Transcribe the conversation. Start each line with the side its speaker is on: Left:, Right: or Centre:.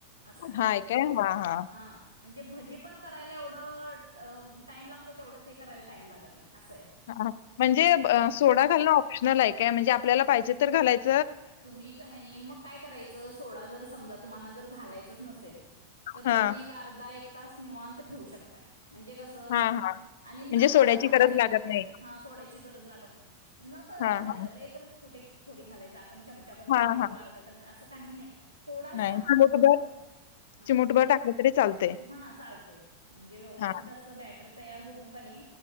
Right: असंय
Left: हाय काय हा हा
Right: ह म्हणजे भजी पण करायला एवढं टाईम लागतो तेवढं ते करायला टाईम लागत नाही असं आहे.
Left: ह म्हणजे
Right: हा
Left: सोडा घालणं ऑप्शनल आहे काय म्हणजे आपल्याला पाहिजे तर घालायच
Right: तुम्ही मग काय करायच सोड जर समजा तुम्हा ज घालायच नसेल त अर्
Left: हा
Right: एक तास निवांत ठेू शकताय म्हणजे कसं
Left: हा हा
Right: आणि न
Left: म्हणजे सोड्याची
Right: कळत घालायचंय
Left: गरज लागत नाही.
Right: हा सोडायची गरज लागत नाही न कळत
Left: हा
Right: घालायचंय
Left: हा.
Right: लय तर कुठे थोडी घालायच ण चमचावरर म्हणले
Left: हा
Right: किंवा
Left: हा
Right: अर्ा चमचा असं काही नाही थोडासा
Left: नाही
Right: फक्त हा
Left: चिमूटभर टाकलं तरी चालतंय.
Right: हा चालतय म्हणजे व्यवस्थित
Left: हां.
Right: अस बॅटर तयार होऊन पनी